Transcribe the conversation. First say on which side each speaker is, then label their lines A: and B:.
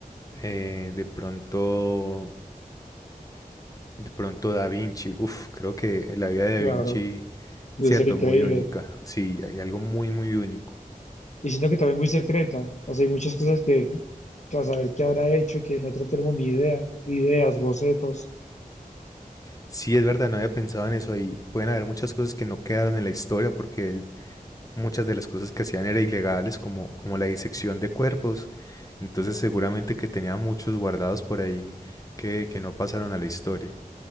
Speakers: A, on the left (about 25°); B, on the left (about 50°).
A: eh, de pronto, de pronto Da Vinci. Uf, creo que la vida de Da
B: claro,
A: Vinci,
B: debe
A: cierto,
B: ser increíble.
A: muy única. Sí, hay algo muy, muy único.
B: Y siento que también muy secreta. O sea, hay muchas cosas que, que a saber qué habrá hecho, que nosotros tenemos ni idea. Ideas, bocetos.
A: Sí, es verdad, no había pensado en eso y pueden haber muchas cosas que no quedaron en la historia porque él muchas de las cosas que hacían eran ilegales, como, como la disección de cuerpos. Entonces seguramente que tenía muchos guardados por ahí que, que no pasaron a la historia.